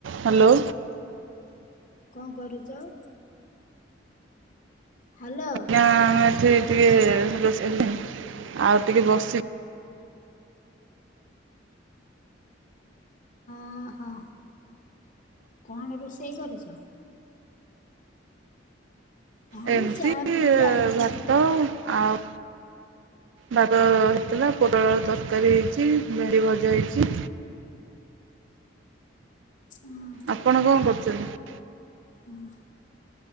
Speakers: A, on the right; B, on the left.
A: Hello.
B: କଣ କରୁଚ? Hello.
A: ନା ଆମେ ଏଠି ଟିକେ ରୋଷେଇ <inaudible> ଆଉ ଟିକେ ବସି
B: ଓହୋଃ। କଣ ରୋଷେଇ କରିଛ? ହଁ
A: ଏମିତି
B: ମୁଁ ଚା ପିଇକି ଆଇଲିି
A: ଭାତ
B: ଆଉ
A: ଆଉ ଭାତ ହେଇଥିଲା ପୋଟଳ ଆଳୁ ତରକାରୀ ହେଇଛି ଭେଣ୍ଡି ଭଜା ହେଇଛି।
B: ଓହୋ।
A: ଆପଣ କଣ କରୁଛନ୍ତି?
B: ହୁଁ।